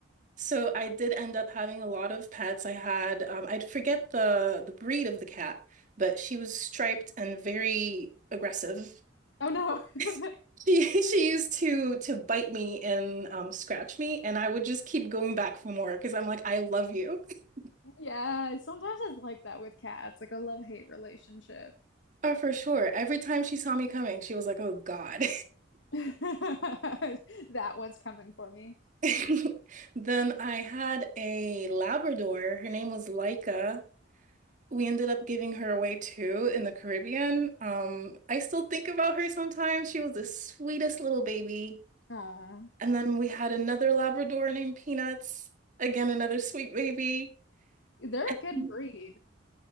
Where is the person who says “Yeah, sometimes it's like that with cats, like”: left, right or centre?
Left